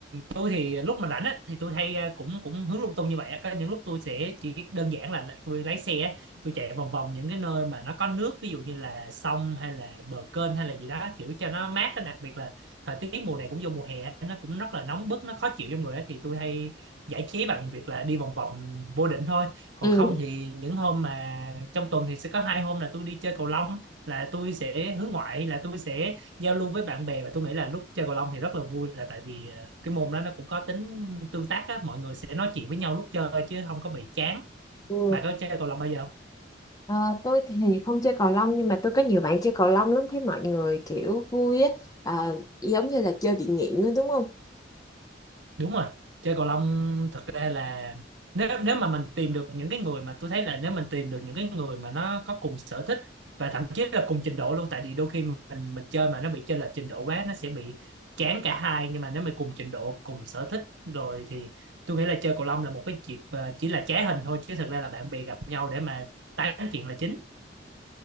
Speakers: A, on the right (about 80°); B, on the left (about 20°).
A: tôi thì lúc mà rảnh á thì tôi hay à, cũng cũng hướng lung tung như vậy á. Có những lúc tôi sẽ chỉ đơn giản là, là tôi lái xe á, tôi chạy vòng vòng những cái nơi mà nó có nước ví dụ như là sông hay là bờ kênh hay là gì đó kiểu cho nó mát á. đặc biệt là thời tiết mùa này cũng vô mùa hè á, nó cũng rất là nóng bức nó khó chịu trong người á thì tôi hay giải trí bằng việc là đi vòng vòng vô định thôi còn
B: ừ
A: không thì những hôm mà trong tuần thì sẽ có hai hôm là tôi đi chơi cầu lông là tôi sẽ hướng ngoại là tôi sẽ giao lưu với bạn bè và tôi nghĩ là lúc chơi cầu lông thì rất là vui là tại vì ờ, cái môn đó nó cũng có tính tương tác á mọi người sẽ nói chuyện với nhau lúc chơi chứ không có bị chán
B: Ừ.
A: bạn có chơi cầu lông bao giờ không
B: Ờ, tôi thì không chơi cầu lông nhưng mà tôi có nhiều bạn chơi cầu lông lắm thấy mọi người kiểu vui á Ờ, giống như là chơi bị nghiện đó, đúng không?
A: đúng rồi chơi cầu lông thật ra là nếu nếu mà mình tìm được những cái người mà tôi thấy là nếu mình tìm được những cái người mà nó có cùng sở thích và thậm chí là cùng trình độ luôn tại vì đôi khi mình mình chơi mà nó bị chênh lệch trình độ quá nó sẽ bị chán cả hai nhưng mà nếu mà cùng trình độ cùng sở thích rồi thì tôi nghĩ là chơi cầu lông là một cái dịp ờ, chỉ là trá hình thôi chứ thật ra là bạn bè gặp nhau để mà tán chuyện là chính